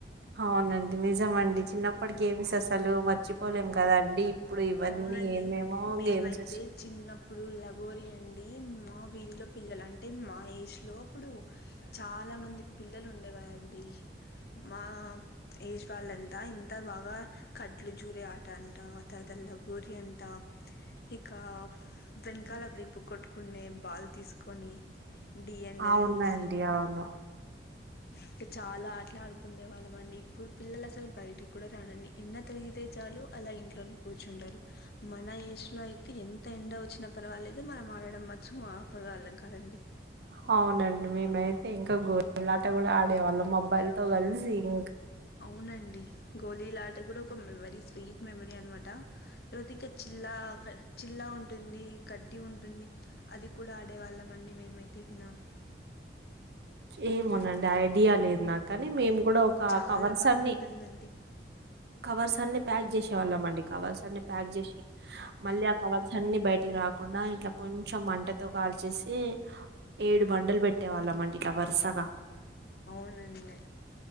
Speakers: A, on the right (about 65°); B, on the left (about 60°).
A: అవునండి నిజమండి చిన్నప్పటి గేమ్స్ అసలు మర్చిపోలేం కదా అండి ఇప్పుడు ఇవన్నీ
B: అవునండి
A: ఏమేమో
B: మేమైతే
A: గేమ్స్ వచ్చి
B: చిన్నప్పుడు లగోరీ అండి మా వీధిలో పిల్లలు అంటే మా ఏజ్లో అప్పుడు చాలా మంది పిల్లలు ఉండేవారండి మా ఏజ్ వాళ్ళంతా ఇంత బాగా కట్లు జూరే ఆట అంటత త లాగోరి అంట ఇక వెనకాల విప్పు కొట్టుకునే బల్ తీసుకొని డి యండర్
A: అవునండి
B: అనిసి
A: అవును
B: ఇక చాలా ఆటలా ఆడుకుండే వాళ్ళం అండి ఇప్పుడు పిల్లలు అసలు బయటికి కూడా రారండి ఎండ తిరిగితే చాలు అలా ఇంట్లోని కూర్చుంటారు మన ఏజ్లో అయితే ఎంత ఎండ వచ్చిన పర్వాలేదుో మనం ఆడటడం మాత్రం ఆ పర్వాలంగా కదండి
A: అవునండి మేమైతే ఇంకా గోలీలాట కూడా ఆడేవాళ్ళం మొబ్బైల్ తో కలిసిం
B: అవునండి గోలీలాట కూడా ఒక మెమరీ స్వీట్ మెమరీ అనమాట తర్వాత ఇంకా చిల్లా ఇల్లా ఉంటుంది కట్టి ఉంటుంది అది కూడా ఆడేవాళ్ళం అండి మేమైతే గినం అ
A: ఏమోనండి ఐడియా లేదు నా కానీ మేము కూడా ఒక
B: చాలా
A: కవర్స్
B: బాగుంటుందండి
A: అన్ని కవర్స్ అన్ని ప్యాక్ చేసేవాళ్ళం అండి కవర్స్ అన్ని ప్యాక్ చేసి మళ్ళీ ఆ కవర్స్ అన్ని బయట కి రాకుండా ఇట్లా కొంచెం మంటతో కాల్చేసి ఏడు బండలు పెట్టే వాళ్ళంట ఇట్లా వర్షగా
B: అవునుండి